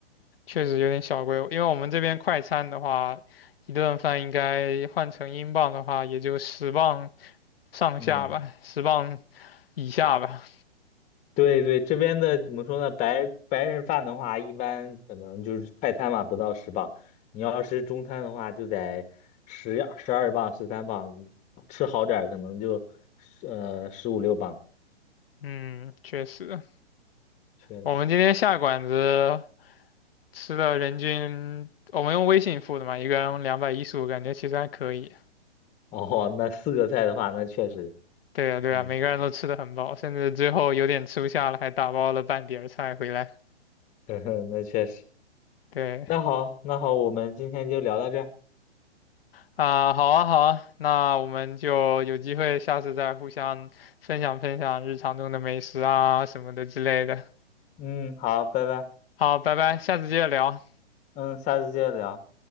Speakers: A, on the left (about 55°); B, on the left (about 20°).
A: 确实有点小贵，因为我们这边快餐的话，一顿饭应该换成英镑的话，也就十磅上下吧，
B: 嗯，
A: 十磅以下吧。
B: 对对，这边的怎么说呢？白白人饭的话，一般可能就是快餐嘛，不到十磅。你要是中餐的话，就得十十二磅、十三磅，吃好点儿可能就呃十五六磅。
A: 嗯，确实，
B: 确实，
A: 我们今天下馆子吃了人均，我们用微信付的嘛，一个人两百一十五，感觉其实还可以。
B: 哦，那四个菜的话，那确实，
A: 对呀，对呀，
B: 嗯，
A: 每个人都吃的很饱，甚至最后有点吃不下了，还打包了半碟儿菜回来。
B: <laughs> 那确实。
A: 对。
B: 那好，那好，我们今天就聊到这儿。
A: 啊，好啊，好啊，那我们就有机会下次再互相分享分享日常中的美食啊什么的之类的。
B: 嗯，好，拜拜，
A: 好，拜拜，下次接着聊。
B: 嗯，下次接着聊。